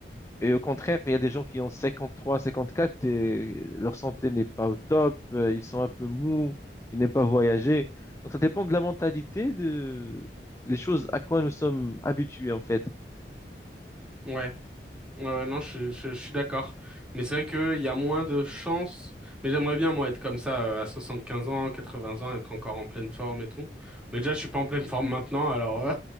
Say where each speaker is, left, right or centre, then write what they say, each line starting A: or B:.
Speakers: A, on the left; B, in the centre.
A: et au contraire, il y a des gens qui ont cinquante-trois, cinquante-quatre et leur santé n'est pas au top, euh, ils sont un peu mous, ils n'aiment pas voyager. Donc ça dépend de la mentalité, de les choses à quoi nous sommes habitués en fait.
B: Ouais. Ouais, ouais, non, je, je, je suis d'accord. Mais c'est vrai qu'il y a moins de chances. Mais j'aimerais bien, moi, être comme ça, euh, à quinze ans, 80 ans, être encore en pleine forme et tout. Mais déjà, je suis pas en pleine forme maintenant, alors euh,